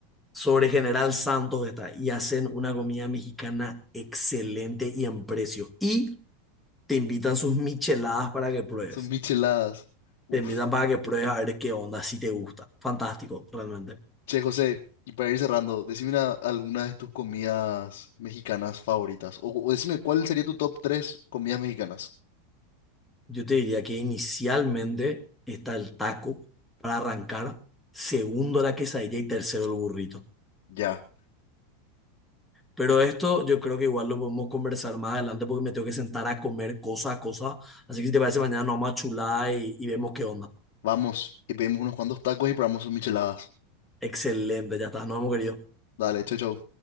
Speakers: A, in the centre; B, on the left.
A: sobre General Santos está, y hacen una comida mexicana excelente y en precio. Y te invitan sus micheladas para que pruebes.
B: Son micheladas. Uf.
A: Te invitan para que pruebes a ver qué onda, si te gusta. Fantástico, realmente.
B: Che, José, y para ir cerrando, decime una- alguna de tus comidas mexicanas favoritas. O, o decime cuál sería tu top 3 comidas mexicanas.
A: Yo te diría que inicialmente está el taco para arrancar, segundo la quesadilla y tercero el burrito.
B: Ya.
A: Pero
B: Y
A: esto yo creo que igual lo podemos conversar más adelante porque me tengo que sentar a comer cosa a cosa. Así que si te parece, mañana nos vamos a chular y, y vemos qué onda.
B: vamos, y pedimos unos cuantos tacos y probamos sus micheladas.
A: Excelente, ya está, nos hemos querido.
B: Dale, chau, chau.